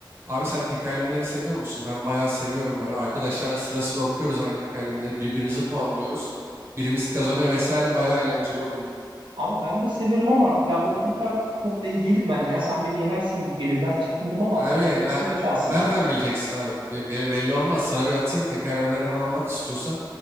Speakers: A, on the right; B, on the right.
A: Abi sen tekerlemeleri seviyor musun? Ben bayağı seviyorum böyle. Arkadaşlarla sıra sıra okuyoruz aynı tekerlemeleri. Birbirimizi puanlıyoruz. Birimiz kazanıyor vesaire. Bayağı eğlenceli oluyor.
B: Abi ben de severim ama ya okurken çok da iyi değilim bence ya. Sen beni yenersin gibi geliyor. Biraz çekindim ama
A: Abi
B: bir denemek
A: ne-
B: isterim şansımı.
A: nereden bileceksin abi? Be- be- belli olmaz. Sana bir atayım tekerlemelere falan bak istiyorsan.